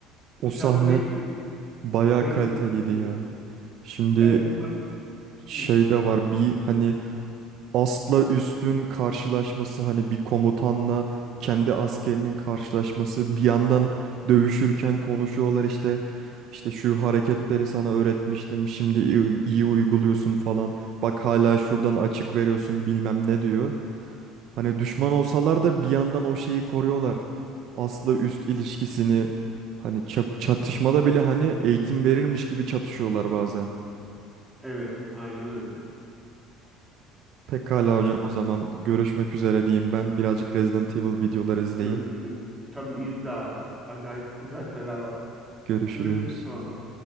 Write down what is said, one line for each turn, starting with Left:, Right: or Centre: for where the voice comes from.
Centre: İnşallah
Right: O sahne
Centre: beş
Right: bayağı
Centre: 5
Right: kaliteliydi
Centre: remake'e
Right: ya.
Centre: gelir.
Right: Şimdi
Centre: Evet umarım.
Right: şey
Centre: Hı,
Right: de var bir hani Astla üstün karşılaşması hani bir komutanla kendi askerinin karşılaşması bir yandan dövüşürken konuşuyorlar işte işte şu hareketleri sana öğretmiştim şimdi iyi, iyi uyguluyorsun falan bak hala şuradan açık veriyorsun bilmem ne diyor. Hani düşman olsalar da bir yandan o şeyi koruyorlar. Asla üst ilişkisini hani çap- çatışmada bile hani eğitim verilmiş gibi çatışıyorlar bazen.
Centre: evet aynen öyle.
Right: Pekala
Centre: Aynen
Right: hocam o
Centre: öyle.
Right: zaman görüşmek üzere diyeyim ben. Birazcık Resident Evil videolar izleyeyim.
Centre: Görüşürüz. Tabii izle abi. Acayip güzel şeyler var.
Right: Görüşürüz.
Centre: Görüşürüz sonra.